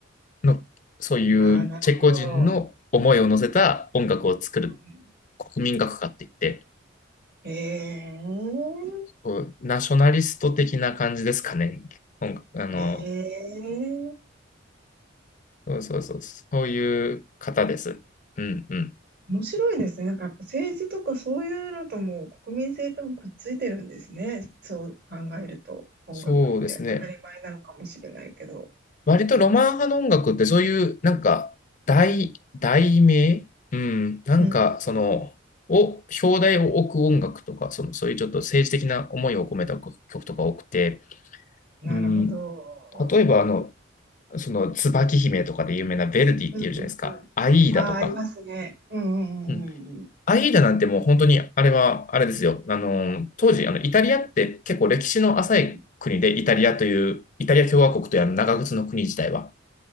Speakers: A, on the left; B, on the right.
A: の、そういうチェコ人の思いを乗せた音楽を作る
B: ああなるほど。うん、
A: 国民楽歌って言って、
B: へえ
A: こうナショナリスト的な感じですかね。音楽、あの、
B: ええ
A: そうそうそう、そういう方です。うんうん。
B: 面白いですね。なんかやっぱ政治とかそういうのとも国民性ともくっついてるんですね。そう考えると音楽って当たり前なのかもしれないけど。
A: そうですね。割とロマン派の音楽ってそういう、なんか、題、題名うん。なんか、
B: うん。
A: その、を、表題を置く音楽とか、その、そういうちょっと政治的な思いを込めた曲とか多くて、
B: なるほど。
A: うん。例えば、あの、その、椿姫とかで有名なヴェルディっていうじゃないですか。
B: うんうんうん。
A: アイーダとか。
B: ああ、ありますね。うんうんうんうん
A: うん。アイーダなんてもう本当に、あれは、あれですよ。あの、当時、あの、イタリアって結構歴史の浅い国で、
B: うん。
A: イタリアという、イタリア共和国というあの長靴の国自体は。